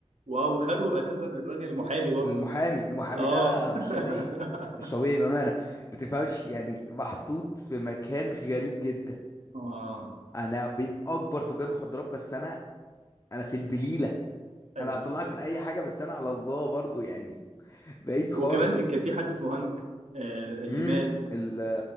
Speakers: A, on the right; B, on the left.
A: واو خدوا اساسا الراجل المحامي برضه
B: المحامي المحامي
A: اه
B: ده مش
A: <laughs>
B: طبيعي مش طبيعي بأمانة ما تفهمش يعني محطوط في مكان غريب جدا
A: اه
B: انا بين اكبر تجار مخدرات بس انا انا في البليله
A: ايوه
B: انا هطلعك من اي حاجه بس انا على الله برضو يعني <laughs> بعيد خالص
A: وكمان كان في حد اسمه هانك آه اللي
B: امم
A: مات
B: ال